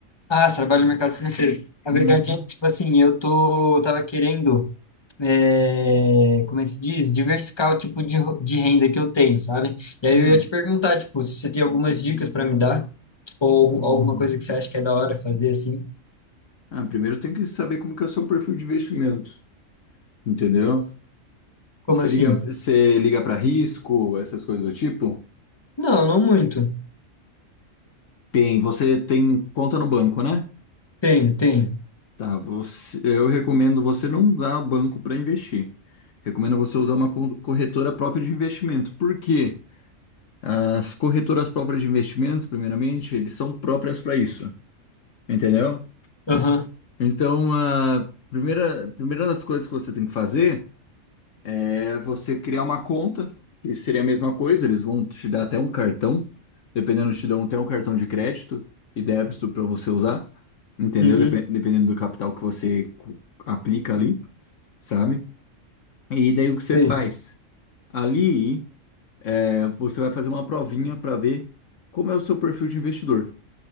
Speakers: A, on the left; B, on the left.
A: Ah, você trabalha no mercado financeiro. Na
B: Uhum,
A: verdade, é, tipo assim, eu tô, eu tava querendo, é, como é que se diz? Diversificar o tipo de, ro- de renda que eu tenho, sabe? E aí
B: hum.
A: eu ia te perguntar, tipo, se você tem algumas dicas para me dar ou alguma coisa que você acha que é da hora fazer assim.
B: Ah, primeiro eu tenho que saber como que é o seu perfil de investimento, entendeu?
A: Como
B: Você
A: assim?
B: liga, você liga para risco, essas coisas do tipo?
A: Não, não muito.
B: bem você tem conta no banco, né?
A: Tenho, tenho.
B: Tá, você- eu recomendo você não usar banco para investir. Recomendo você usar uma co- corretora própria de investimento. Por quê? As corretoras próprias de investimento, primeiramente, eles são próprias para isso, entendeu?
A: Aham.
B: Então, a primeira, primeira das coisas que você tem que fazer é você criar uma conta, que seria a mesma coisa, eles vão te dar até um cartão, dependendo, te dão até um cartão de crédito e débito para você usar, entendeu?
A: Uhum.
B: Depen- Dependendo do capital que você co- aplica ali, sabe? E daí o que você
A: Tenho.
B: faz? Ali, é, você vai fazer uma provinha para ver como é o seu perfil de investidor,